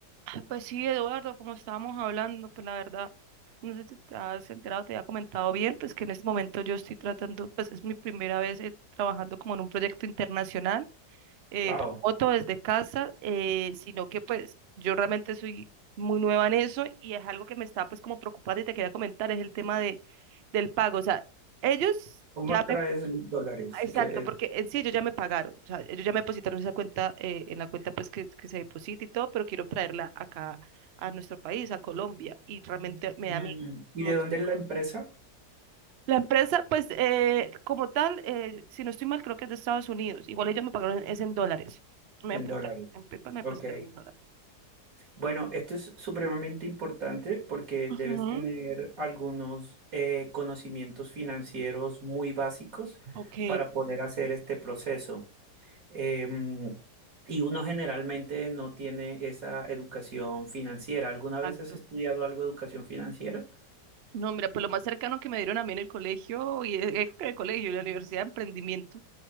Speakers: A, on the right; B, on the right.
A: Ah, Pues sí, Eduardo, como estábamos hablando, pues la verdad, no sé si te has enterado, te había comentado bien, pues que en este momento yo estoy tratando, pues es mi primera vez eh, trabajando como en un proyecto internacional, eh,
B: Wow.
A: remoto desde casa, eh, sino que pues yo realmente soy muy nueva en eso y es algo que me está pues como preocupando y te quería comentar, es el tema de, del pago. O sea, ellos
B: ¿Cómo
A: ya
B: traes los dólares?
A: Exacto,
B: ¿Qué-
A: porque en sí ellos ya me pagaron, o sea, ellos ya me depositaron esa cuenta, eh, en la cuenta pues que, que se deposita y todo, pero quiero traerla acá a nuestro país, a Colombia, y realmente me
B: mm,
A: da miedo.
B: ¿Y
A: ¿no?
B: de dónde es la empresa?
A: La empresa, pues eh, como tal, eh, si no estoy mal, creo que es de Estados Unidos, igual ellos me pagaron es en dólares, me
B: En
A: depositaron,
B: dólares.
A: en PayPal me depositaron
B: Ok.
A: en dólares.
B: Bueno, esto es supremamente importante porque
A: Ujú,
B: debes tener algunos eh, conocimientos financieros muy básicos
A: Ok,
B: para poder hacer este proceso. Em, y uno generalmente no tiene esa educación financiera. ¿Alguna
A: exacto.
B: vez has estudiado algo de educación financiera?
A: No, mira, pues lo más cercano que me dieron a mí en el colegio, y eh, creo que en el colegio, en la universidad de emprendimiento,